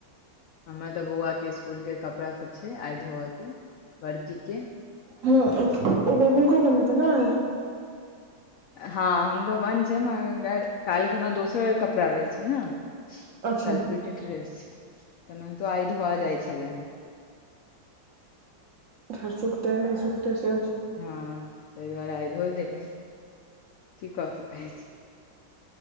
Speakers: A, on the left; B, on the right.
A: हमरा तऽ बौआके इसकुल के कपड़ा सब छै आइ धोअ के बड़की के
B: हँ ओ हुनको बन त ने आइ
A: हँ हुनको बन्द छै मगर काल्ह खुना दोसर कपड़ा रहै छै ने
B: अच्छा
A: कलपीट ड्रेस तेनाहितो आइ धोआ जाइत छलै हे
B: घर सुखते नहि सुखते सेहो छै
A: हँ तही दुआरे आ धो देबै की कऽ सकै छी